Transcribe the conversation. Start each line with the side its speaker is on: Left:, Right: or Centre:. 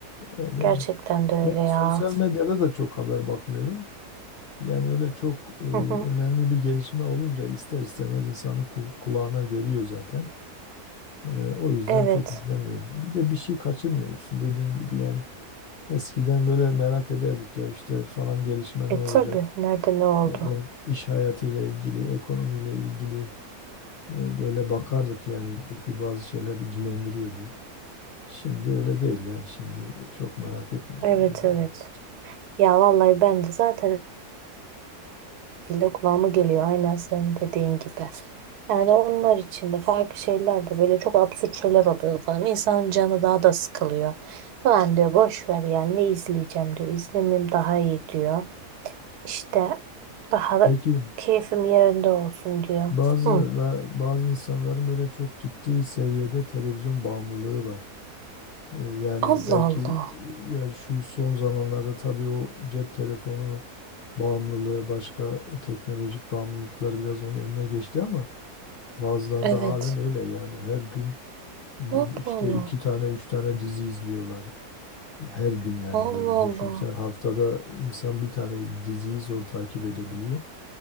Left: E, Yani
Right: gerçekten de öyle
Left: Yani
Right: ya.
Left: sosyal medyada da çok haber bakmıyorum. Yani öyle çok e,
Right: Hı hı.
Left: önemli bir gelişme olunca ister istemez insanın ku- kulağına geliyor zaten. E, o yüzden
Right: Evet.
Left: çok izlemiyorum. Bir de bir şey kaçırmıyorsun dediğim gibi yani. Eskiden böyle merak ederdik ya işte falan gelişme ne
Right: E
Left: olacak?
Right: tabii. Nerede ne oldu?
Left: Ne bileyim iş hayatıyla ilgili, ekonomiyle ilgili e, böyle bakardık yani. Çünkü bazı şeyler ilgilendiriyordu. Şimdi öyle değil yani şimdi çok merak etmiyorum
Right: Evet
Left: ya.
Right: evet.
Left: Yani
Right: Ya vallahi ben de zaten öyle şekilde kulağıma geliyor. Aynen senin dediğin gibi. Yani onlar için de farklı şeyler de böyle çok absürt şeyler oluyor falan. İnsanın canı daha da sıkılıyor. Falan diyor boş ver yani ne izleyeceğim diyor. İzlemeyeyim daha iyi diyor. İşte daha da
Left: Peki
Right: keyfim yerinde olsun diyor.
Left: bazı
Right: Hı.
Left: bazı insanların böyle çok ciddi seviyede televizyon bağımlılığı var. E, Yani
Right: Allah
Left: belki
Right: Allah.
Left: e, ya şu son zamanlarda tabii o cep telefonu bağımlılığı, başka teknolojik bağımlılıklar biraz onun önüne geçti ama bazılarında
Right: Evet.
Left: halen öyle yani her gün
Right: Allah
Left: işte
Right: Allah.
Left: iki tane üç tane dizi izliyorlar. Her gün yani
Right: Allah
Left: böyle düşün.
Right: Allah.
Left: Sen haftada insan bir tane diziyi zor takip edebiliyor.